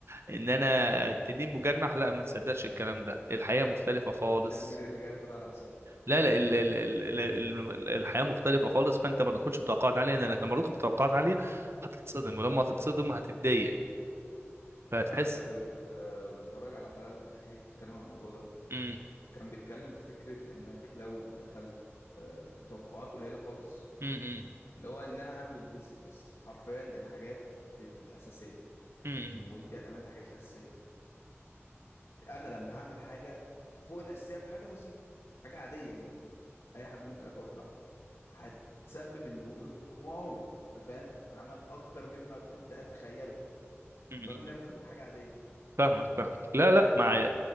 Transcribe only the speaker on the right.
ان انا
التنين مجنح لا ما تصدقش الكلام ده الحياه مختلفه خالص
لا لا ال ال ال ال ال- الحياه مختلفه خالص فانت ما تدخلش بتوقعات عاليه لانك لما تدخل بتوقعات عاليه هتتصدم ولما هتتصدم هتتضايق فهتحس
امم
امم
امم
امم
فاهمك فاهمك لا لا
مع